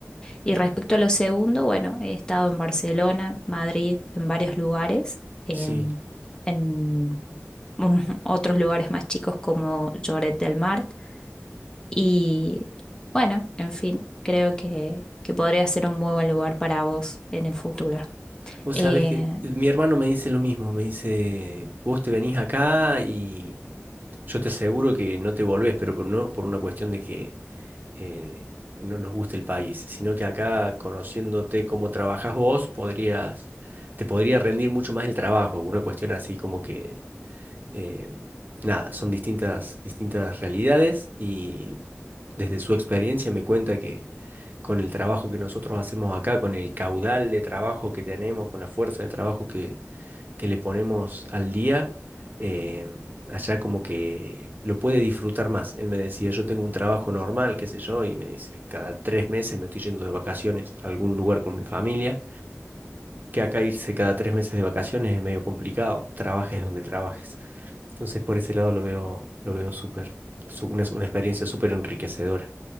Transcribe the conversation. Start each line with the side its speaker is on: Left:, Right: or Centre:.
Left: y respecto a lo segundo, bueno, he estado en Barcelona, Madrid, en varios lugares, em,
Right: sí.
Left: en un- <laughs> otros lugares más chicos como Lloret del Mar y bueno, en fin, creo que, que podría ser un muy buen lugar para vos en el futuro.
Right: Vos
Left: Eh,
Right: sabés que mi hermano me dice lo mismo, me dice, vos te venís acá y yo te aseguro que no te volvés, pero por, no por una cuestión de que eh, no nos guste el país, sino que acá conociéndote cómo trabajás vos, podrías, te podría rendir mucho más el trabajo, una cuestión así como que eh, nada, son distintas, distintas realidades y desde su experiencia me cuenta que con el trabajo que nosotros hacemos acá, con el caudal de trabajo que tenemos, con la fuerza de trabajo que, que le ponemos al día, eh, allá como que lo puede disfrutar más. Él me decía, yo tengo un trabajo normal, qué sé yo, y me dice, cada tres meses me estoy yendo de vacaciones a algún lugar con mi familia, que acá irse cada tres meses de vacaciones es medio complicado, trabajes donde trabajes. Entonces, por ese lado lo veo, lo veo súper, su- una, una experiencia súper enriquecedora.